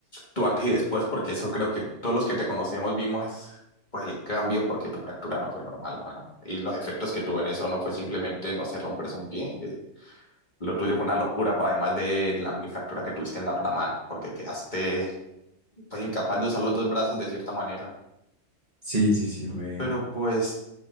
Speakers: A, on the left; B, on the right.
A: tú antes y después, porque eso creo que todos los que te conocemos vimos pues el cambio, porque tu fractura no fue normal, mano, y los efectos que tuvo en eso no fue simplemente, no sé, romperse un pie, lo tuyo fue una locura, pa- además de la minifractura que tuviste en la otra mano, porque quedaste pues, incapaz de usar los dos brazos de cierta manera.
B: Sí, sí, sí, fue.
A: Pero pues,